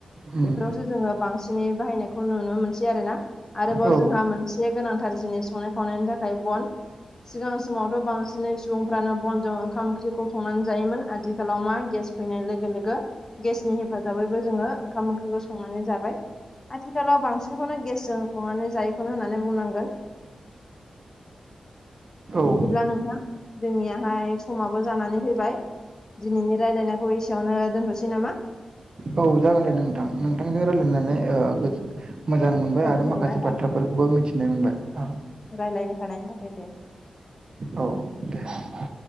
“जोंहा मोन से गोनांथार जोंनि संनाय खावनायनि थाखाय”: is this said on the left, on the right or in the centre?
Left